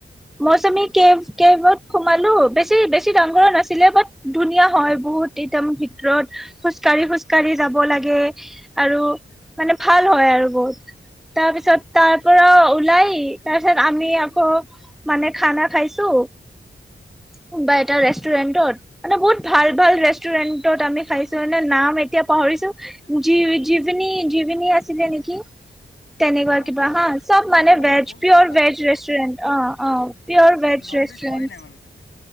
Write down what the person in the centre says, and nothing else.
মৌচমী কে কেবত সোমালো বেছি বেছি দাঙ্গৰ নাছিলে বাট ধুনীয়া হয় বহুত এতম ভিতৰত খোজ কঢ়ি খোজ কাঢ়ি যাব লাগে আৰু মানে ভাল হয় আৰু বহুত তাৰপিছত
তাৰ পৰা ওলাই তাৰপিছত আমি আকৌ মানে খানা খাইছো কোনোবা এটা ৰেষ্টুৰেণ্টত মানে বহুত ভাল ভাল ৰেষ্টুৰেন্টত আমি খাইছো মানে নাম এতিয়া পাহৰিছো জীভিনী জীভিনী আছিলে নেকি তেনেকুৱা
কিবা হয় চব মানে
ভেজ
প্ৰিয়ৰ
ভেজ
ৰেষ্টুৰেণ্ট অ অ
প্ৰিয়ৰ
ভেজ
ৰেষ্টুৰেণ্ট